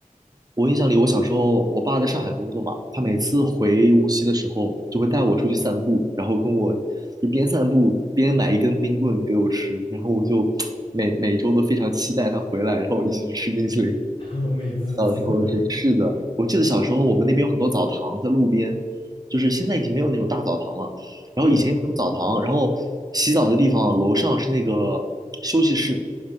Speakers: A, on the right (about 25°); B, on the left (about 40°).
A: 我印象里，我小时候我爸在上海工作嘛，他每次回无锡的时候就会带我出去散步，然后跟我就边散步边买一根冰棍给我吃，然后我就每每周都非常期待他回来，然后一起去吃冰淇淋。
B: <laughs> 美滋滋的。
A: 小时候的是是的，我记得小时候我们那边有很多澡堂在路边，就是现在已经没有那种大澡堂了。然后以前有那种澡堂，
B: 对的，
A: 然后洗澡的地方楼上是那个休息室，